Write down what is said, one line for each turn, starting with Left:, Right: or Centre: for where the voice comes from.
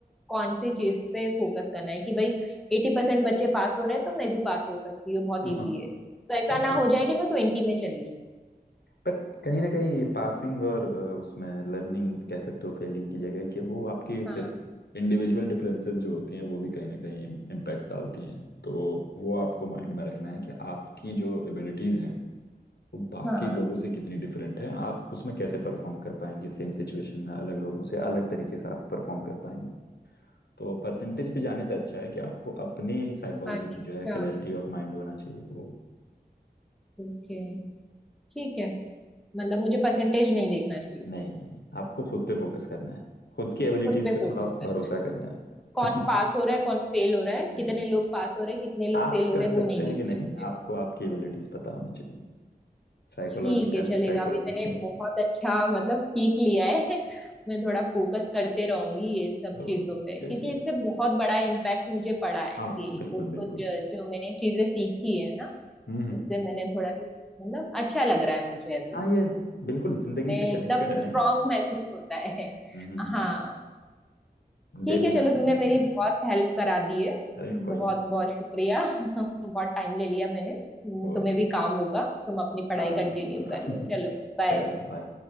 Centre: कौन सी चीज पे फोकस करना है कि भाई एटी परसेंट बच्चे पास हो रहे हैं तो मैं भी पास हो सकती हूँ बहुत
Left: <laughs>
Centre: इजी है तो ऐसा
Left: बिल्कुल
Centre: ना हो जाए कि मैं ट्वेंटी में चली जाऊँ
Left: बट कहीं ना कहीं पासिंग और अ, उसमें लर्निंग कह सकते हो फेलिंग की जगह कि वो आपकी
Centre: हाँ
Left: फिर इंडिविजुअल डिफरेंसेस जो होती हैं वो भी कहीं ना कहीं इम्पैक्ट डालती हैं तो वो आपको माइंड में रखना है कि आपकी जो एबिलिटीज़ हैं वो बाकी
Centre: हाँ
Left: लोगों से कितनी डिफरेंट हैं आप उसमें कैसे परफॉर्म कर पाएंगे सेम सिचुएशन में अलग लोगों से अलग तरीके से आप परफॉर्म कर पाएंगे तो परसेंटेज पे जाने से अच्छा है कि आपको अपनी साइकोलॉजी
Centre: अच्छा
Left: पे जो है क्लैरिटी ऑफ माइंड होना चाहिए वो
Centre: ओके ठीक है मतलब मुझे परसेंटेज नहीं देखना चाहिए
Left: नहीं नहीं आपको खुद पे फोकस करना है खुद की एबिलिटीज
Centre: खुद पे
Left: पे
Centre: फोकस
Left: थोड़ा
Centre: करना
Left: भरोसा
Centre: है
Left: करना
Centre: कौन
Left: है
Centre: पास हो रहा है कौन फेल हो रहा है
Left: <laughs>
Centre: कितने
Left: नहीं
Centre: लोग पास हो रहे हैं कितने लोग
Left: आप
Centre: फेल हो
Left: कर
Centre: रहे
Left: सकते
Centre: हैं वो नहीं
Left: हैं
Centre: देखना
Left: कि नहीं
Centre: है मुझे
Left: आपको आपकी एबिलिटीज पता होनी चाहिए Psychological
Centre: ठीक है चलेगा
Left: psychology
Centre: अभी मैंने बहुत अच्छा मतलब सीख लिया है <laughs> मैं थोड़ा फोकस करते रहूंगी ये सब
Left: ओके
Centre: चीजों पे क्योंकि
Left: <laughs>
Centre: इससे बहुत बड़ा इम्पैक्ट मुझे पड़ा है
Left: हाँ
Centre: कि
Left: बिल्कुल
Centre: कुछ
Left: बिल्कुल
Centre: कुछ जो मैंने चीजें सीखी है ना
Left: हम्म
Centre: उससे मैंने थोड़ा भी मतलब अच्छा लग रहा है मुझे अभी
Left: हाँ ये बिल्कुल जिंदगी
Centre: मैं
Left: से कनेक्टेड
Centre: एकदम
Left: है
Centre: स्ट्रांग
Left: ना ये
Centre: महसूस होता है
Left: हम्म
Centre: <laughs>
Left: हम्म
Centre: हाँ ठीक
Left: डेली
Centre: है
Left: लाइफ
Centre: चलो तुमने
Left: से कनेक्टेड
Centre: मेरी
Left: है
Centre: बहुत हेल्प करा दी है
Left: अरे कोई
Centre: बहुत
Left: नहीं
Centre: बहुत शुक्रिया <laughs> बहुत टाइम ले लिया मैंने हम्म,
Left: कोई
Centre: तुम्हें
Left: नहीं
Centre: भी काम होगा तुम अपनी पढ़ाई
Left: हाँ बिल्कुल
Centre: कंटिन्यू
Left: बिल्कुल
Centre: कर लो
Left: <laughs>
Centre: चलो बाय
Left: चलो बाय